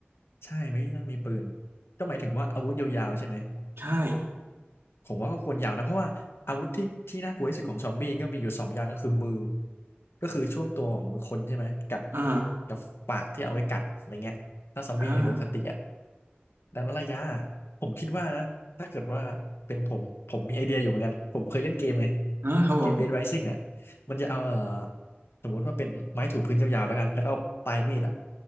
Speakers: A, on the left; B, on the right.
A: ใช่ไม่น่ามีปืนก็หมายถึงว่าอาวุธยาวๆใช่ไหม
B: ใช่
A: ผมว่าก็ควรยาวนะเพราะว่าอาวุธที่ที่น่ากลัวที่สุดของซอมบี้ก็มีอยู่สองอย่างก็คือมือก็คือช่วงตัวของมือคนใช่ไหมกับ
B: อ่า
A: กับปากที่เอาไว้กัดอะไรเงี้ยถ้าซอมบี้ในโดคาติอ่ะ
B: อ่า
A: ดังนั้นระยะผมคิดว่านะถ้าเกิดว่าเป็นผมผมมีไอเดียอยู่เหมือนกันผมเคยเล่นเกมไง
B: อ่าครับผม
A: เกม Dead Rising เนี่ยมันจะเอาเอ่อสมมติว่าเป็นไม้ถูพื้นยาวๆแล้วกันแล้วก็เอาปลายมีดอะ